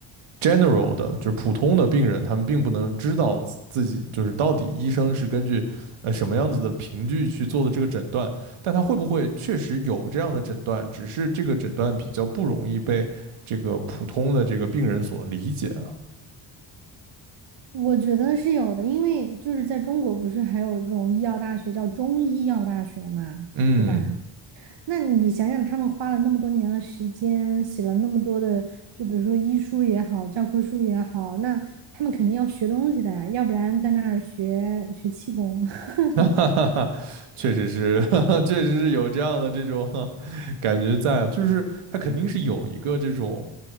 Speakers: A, on the right; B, on the right.
A: general 的，就是普通的病人，他们并不能知道自己就是到底医生是根据呃什么样子的凭据去做的这个诊断，但他会不会确实有这样的诊断，只是这个诊断比较不容易被这个普通的这个病人所理解啊。
B: 我觉得是有的，因为就是在中国不是还有这种医药大学叫中医药大学嘛，
A: 嗯，
B: 对吧？那你想想，他们花了那么多年的时间，写了那么多的，就比如说医书也好，教科书也好，那他们肯定要学东西的啊，要不然在那儿学学气功。<laughs>
A: <laughs> 哈哈哈，确实是，<laughs> 哈哈，确实是有这样的这种 <laughs> 感觉在啊，就是他肯定是有一个这种